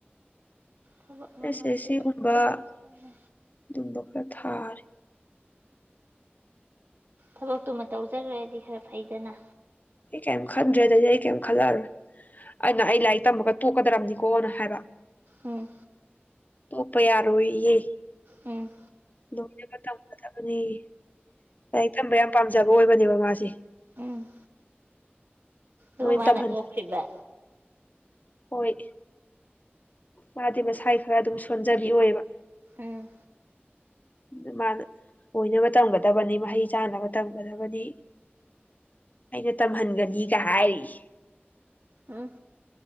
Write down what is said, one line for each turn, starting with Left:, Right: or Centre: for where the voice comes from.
Right: ꯊꯕꯛ ꯑꯃ
Left: ꯑꯦꯁ
Right: ꯑꯃ
Left: ꯑꯦꯁ
Right: ꯁꯠ
Left: ꯁꯤꯒꯨꯝꯕ
Right: ꯁꯠ ꯇꯧꯔꯁꯨ
Left: ꯑꯗꯨꯒꯩꯡꯕ ꯈꯔ ꯊꯥꯔꯤ <unintelligible>
Right: ꯊꯕꯛꯇꯨꯃ ꯇꯧꯖꯈ꯭ꯔꯗꯤ ꯈꯔ ꯐꯩꯗꯅ
Left: ꯀꯦꯝ ꯈꯟꯗ꯭ꯔꯦꯗꯗꯤ ꯑꯩ ꯀꯦꯝ ꯈꯜꯂꯛꯔꯣꯏ ꯑꯩꯅ ꯑꯩ ꯂꯥꯏꯔꯤꯛ ꯇꯝꯃꯒ ꯇꯣꯛꯀꯗꯕꯅꯤꯀꯣꯅ ꯍꯥꯏꯕ
Right: ꯎꯝ
Left: ꯇꯣꯛꯄ ꯌꯥꯔꯣꯏꯌꯦ
Right: ꯎꯝ
Left: ꯂꯣꯏꯅꯕ ꯇꯝꯒꯗꯕꯅꯦꯌꯦ ꯂꯥꯏꯔꯤꯛ ꯇꯝꯕ ꯌꯥꯝ ꯄꯥꯝꯖꯕ ꯑꯣꯏꯕꯅꯦꯕ ꯃꯥꯁꯦ
Right: ꯎꯝ ꯑꯗꯨ
Left: ꯃꯣꯏꯅ
Right: ꯃꯥꯅ
Left: ꯇꯝꯍꯟꯗ꯭ꯔꯦ
Right: ꯇꯣꯛꯈ꯭ꯔꯤꯕ
Left: ꯍꯣꯏ ꯃꯥꯗꯤ ꯃꯁꯥꯏ ꯈꯔ ꯑꯗꯨꯝ ꯁꯣꯟꯖꯕꯤ ꯑꯣꯏꯕ
Right: ꯎꯝ
Left: ꯑꯗꯨ ꯃꯥꯅ ꯑꯣꯏꯅꯕ ꯇꯝꯒꯗꯕꯅꯤ ꯃꯍꯩ ꯆꯥꯅꯕ ꯇꯝꯒꯗꯕꯅꯤ ꯑꯩꯅ ꯇꯝꯍꯟꯒꯅꯤꯒ ꯍꯥꯏꯔꯤꯌꯦ
Right: ꯎꯝ